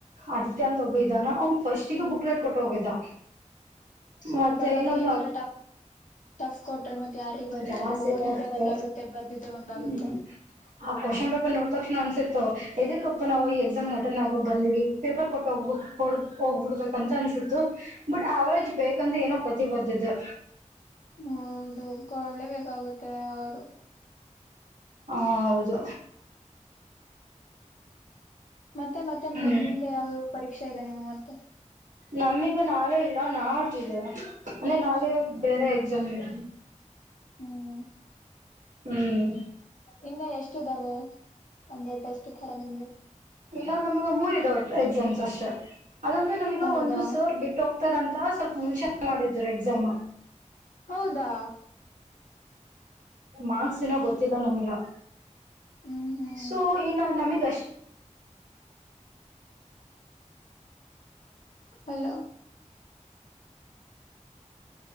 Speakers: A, on the right; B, on the left.
A: ಆದಿತ್ಯ ಅಂತ ಒಬ್ಬ ಇದ್ದಾನ ಅವನ್ ಫಸ್ಟಿಗೆ ಬುಕ್ಲೆಟ್ ಕೊಟ್ಟ ಹೋಗಿದ್ದ
B: ಹೌದಾ
A: ಮತ್ತೆ ಇನೊಂದು
B: ಈ ತರ ಟಫ್ ಕೊಟ್ರೆ ಮತ್ತೆ ಯಾರಿ ಬರೀತಾರೆ
A: ಜಾಸ್ತಿ
B: ಓದಿದ್ದೆ
A: ಟಫೆ
B: ಒಂದಾಗುತ್ತೆ ಬರ್ದಿದ್ದೆ ಒಂದಾಗುತ್ತೆ
A: ಹ್ಮ್ ಕ್ವಶನ್ ಪೇಪರ್ ನೋಡ್ತಾಕ್ಷ ಅನ್ಸತ್ತು ಇದಕ್ಕಪ್ಪಾ ನಾವು ಈ ಎಕ್ಸಾಮ್ ಅಟೆಂಡ್ ಆಗ ಬಂದಿವವಿ ಪೇಪರ್ ಕೊಟ್ಟೋಗ್ ಹೋಗ್ಬ ಬಿಡ್ಬೇಕ ಅಂತ ಅನ್ಸು ಬಟ್ ಅವರೇಜ್ ಬೇಕಂತ ಏನೋ ಕತಿ ಬರ್ದಿದೆ
B: ಹೌದು ಕೊಡ್ಲೇ ಬೇಕಾಗುತ್ತೆ ಅವರು
A: ಹಾ ಹೌದು
B: ಮತ್ತೆ ಮತ್ತೆ
A: ಹ್ಮ್
B: ಮುಂದೆ ಯಾವ ಪರೀಕ್ಷೆ ಇದೆ ನಿಮ್ ಮತ್ತೆ
A: ನಮೀಗ ನಾಳೆ ಇಲ್ಲ ನಾಡ್ದಿದೆ ಅಂದೆ ನಾಳೆ
B: ಹ್ಮ್
A: ಬೇರೆ ಎಕ್ಸಾಮ ಇ
B: ಹ್ಮ್
A: ಹ್ಮ್
B: ಇನ್ನು ಎಷ್ಟ ಇದಾವೆ ಒಂದೆ ಟೆಸ್ಟ್ ತರ ನಿಮ್ಗೆ
A: ಇನ್ನ ನಮ್ಗ ಮೂರವ ಒಟ್ಟು ಎಕ್ಸಾಮ್ಸ್ ಅಷ್ಟೇ ಅದಂದ್ರೆ ನಮಗ
B: ಹೌದಾ
A: ಒಂದು ಸರ್ ಬಿಟ್ಟ ಹೋಗ್ತಾರಂತ ಸ್ವಲ್ಪ ಮುಂಚೆ ಮಾಡಿದ್ರು ಎಕ್ಸಾಮ್
B: ಹೌದಾ
A: ಮಾರ್ಕ್ಸ್ ನೋ ಗೊತ್ತಿಲ್ಲ ನಮಗ
B: ಹ್ಮ್ ಹ್ಮ್
A: ಸೊ ಇನ್ನ ನಮಗಷ್ಟ
B: hello